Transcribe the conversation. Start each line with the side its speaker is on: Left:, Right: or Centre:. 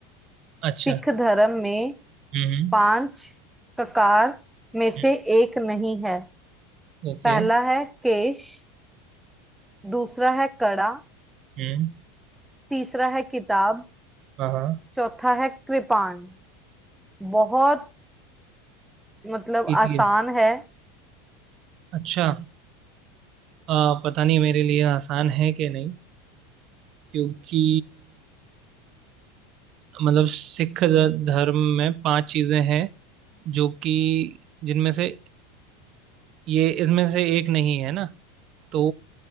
Right: अच्छा
Centre: सिख धर्म में
Right: हम्म
Centre: पांच ककार में से
Right: हम्म,
Centre: एक नहीं है
Right: ओके
Centre: पहला है केश दूसरा है कड़ा
Right: हम्म
Centre: तीसरा है किताब
Right: हाँ हाँ
Centre: चौथा है कृपाण बहुत मतलब
Right: इजी
Centre: आसान
Right: है
Centre: है
Right: अच्छा आ, पता नहीं मेरे लिए आसान है कि नहीं क्योंकि मतलब सिख ध- धर्म में पांच चीजें हैं जो कि जिनमें से ये इसमें से एक नहीं है ना तो